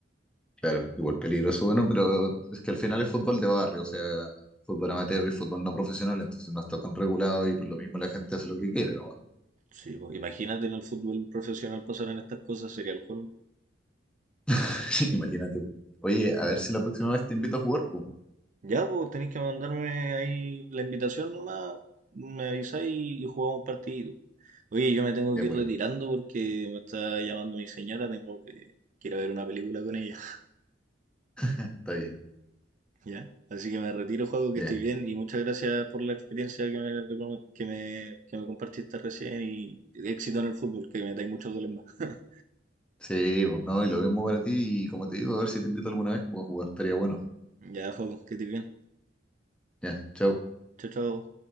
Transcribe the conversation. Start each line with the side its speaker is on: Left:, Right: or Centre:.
Centre: Claro, igual peligroso, bueno, pero es que al final es fútbol de barrio, o sea, fútbol amateur y fútbol no profesional, entonces no está tan regulado y por lo mismo la gente hace lo que quiere, ¿no?
Right: Sí, pues, imagínate en el fútbol profesional pasar en estas cosas, sería el colmo.
Centre: <laughs> Imagínate. Oye, a ver si la próxima vez te invito a jugar, pues.
Right: Ya, pues tenéis que mandarme ahí la invitación nomás, me avisáis y, jugamos un partido. Oye, yo me tengo
Centre: Ya
Right: que ir
Centre: pues,
Right: retirando porque me está llamando mi señora, tengo que, que ir a ver una película con ella,
Centre: está bien,
Right: <laughs> ¿ya? Así que me retiro, juego que
Centre: ya.
Right: estoy bien y muchas gracias por la experiencia que me, recom- que me, que me compartiste recién y éxito en el fútbol, que metáis muchos goles más. <laughs>
Centre: Sí, pues no, y lo mismo para ti y como te digo, a ver si te invito alguna vez, pues a jugar estaría bueno.
Right: Ya, juego, que estés bien.
Centre: Ya, chao.
Right: Chao, chao.